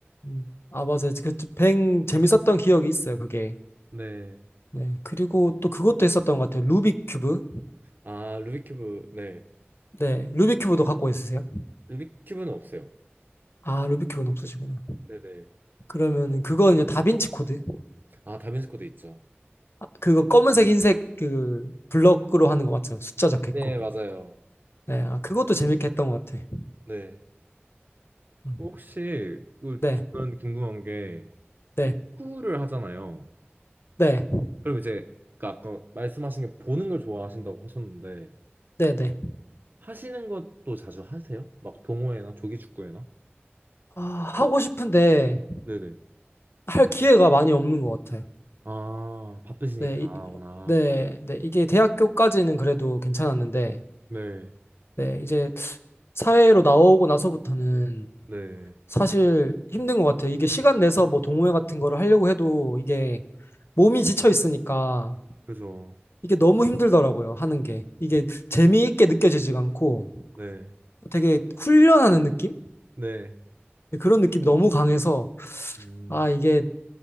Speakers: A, on the left; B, on the right.
A: 음. 아, 맞아요. 그, 뱅 재밌었던 기억이 있어요, 그게.
B: 네.
A: 네. 그리고 또 그것도 했었던 것 같아요. 루빅 큐브.
B: 아, 루비큐브. 네.
A: 네. 루빅 큐브도 갖고 있으세요?
B: 루비큐브는 없어요.
A: 아, 루빅 큐브는 없으시구나.
B: 네네.
A: 그러면 그건 이제 다빈치 코드.
B: 아, 다빈치 코드 있죠.
A: 그거 검은색 흰색 그 블럭으로 하는 거 맞죠? 숫자 적혀있고.
B: 네, 맞아요.
A: 네, 아, 그것도 재밌게 했던 것 같아.
B: 네.
A: 음,
B: 혹시, 그,
A: 네,
B: 저는 궁금한 게,
A: 네,
B: 축구를 하잖아요.
A: 네,
B: 그럼 이제, 그 아까 말씀하신 게 보는 걸 좋아하신다고 하셨는데,
A: 네, 네.
B: 하시는 것도 자주 하세요? 막 동호회나 조기 축구회나?
A: 아, 하고 싶은데
B: 네네.
A: 할 기회가 많이 없는 것 같아요.
B: 아, 바쁘시니까,
A: 네, 이,
B: 워낙.
A: 네, 네. 이게 대학교까지는 그래도 괜찮았는데,
B: 네.
A: 네, 이제 사회로 나오고 나서부터는
B: 네.
A: 사실 힘든 것 같아요. 이게 시간 내서 뭐 동호회 같은 거를 하려고 해도 이게 몸이 지쳐 있으니까
B: 그죠.
A: 이게 너무 힘들더라고요, 하는 게. 이게 재미있게 느껴지지가 않고
B: 네,
A: 되게 훈련하는 느낌?
B: 네,
A: 그런 느낌이 너무 강해서,
B: 음,
A: 아, 이게,